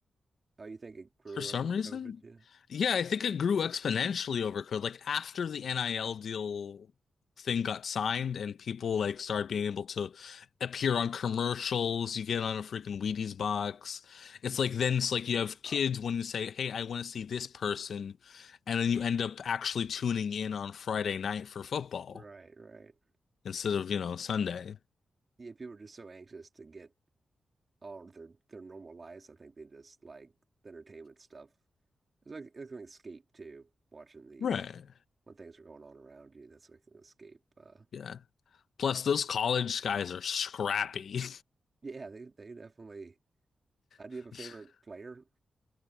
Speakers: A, on the right; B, on the left.
A: Oh, you think it grew
B: for some
A: over
B: reason.
A: COVID? Yeah.
B: Yeah, I think it grew exponentially over COVID. Like after the NIL deal thing got signed and people like started being able to appear on commercials, you get on a freaking Wheaties box. It's like then it's like you have kids
A: Oh,
B: wanting to say, "Hey, I want to see this person," and then you end up actually tuning in on Friday night for football
A: right, right.
B: instead of, you know, Sunday.
A: Yeah, people are just so anxious to get all of their their normal lives. I think they just like the entertainment stuff. It's like it's like an escape too, watching the
B: Right.
A: when things are going on around you. That's like an escape. Uh,
B: Yeah. Plus, those college guys are scrappy.
A: yeah, they they definitely. I do
B: <laughs>
A: you have a favorite player?